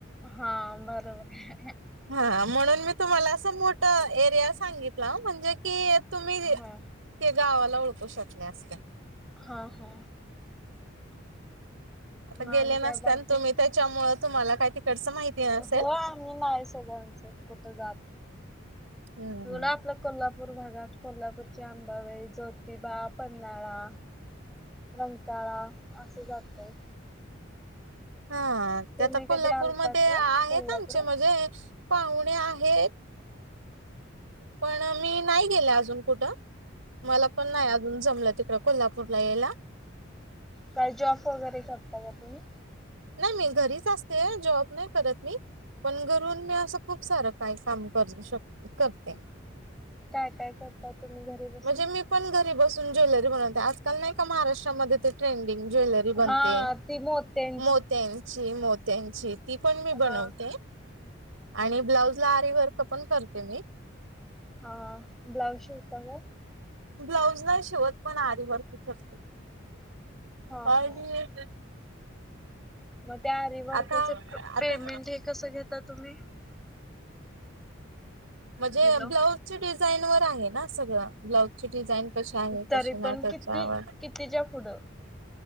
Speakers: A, in the centre; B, on the right.
A: हा बरोबर आहे?
B: हा म्हणून मी तुम्हाला असं मोठ एरिया सांगितलं, म्हणजे की तुम्हीं
A: हा
B: त्या गावाला ओळखू शकले का.
A: हा हा,
B: आता
A: मग
B: गेले
A: आणि काय
B: नसते
A: बाकी
B: आणि त्याच्यामुळेळ तुम्हाला काय तिकडचं माहिती. नसेल.
A: हो नाही सगळ्यांच कुठं जात
B: हम्म.
A: बला, कोल्हापूर कोल्हापूरचे अंबाबाई, ज्योतिबा, पन्हाळा रंकाळा असं जातो.
B: हा
A: तुम्ही
B: ते आता
A: कधी
B: कोल्हापूरमध्ये
A: आलता ग
B: आहेत
A: कोल्हापुरात?
B: आमचे म्हणजे, पाहुणे आहेत, पण मी नाही गेले अजून कुठं मला पण नाही, अजून जमलं तिकड कोल्हापूरला यायला
A: काय जॉब वगैरे करता का तुम्ही.
B: नाही मी घरीच असते जॉब नाही करत मी, पण घरून मी असं खूप सारं काही काम कर शक करते?
A: काय काय करता तुम्ही घरी बसून,
B: म्हणजे मी पण घरी बसून ज्वेलरी बनवते? ल नाही का महाराष्ट्रामध्ये ते ट्रेंडिंग ज्वेलरी बनते.
A: हा ती मोत्यांचे,
B: मोत्यांची मो, त्यांची ती पण मी
A: हा
B: बनवते आणि ब्लाऊज ला आरी वर्क पण करते मी,
A: हा ब्लाऊज शिवता का,
B: ब्लाऊज नाही शिवत पण.. आरी वर्क करते
A: हा
B: आणि
A: हा मग त्या वर्करच
B: आता
A: पेमेंट
B: आता
A: हे कसं तुम्ही,
B: म्हणजे
A: हॅलो
B: ब्लाऊज ची डिझाईन वर आहे ना सगळं, ब्लाउज ची डिझाईन कशी आहे
A: तरी
B: कसे नाही.
A: पण
B: त्याच्यावर.
A: किती कितीच्या पुढं?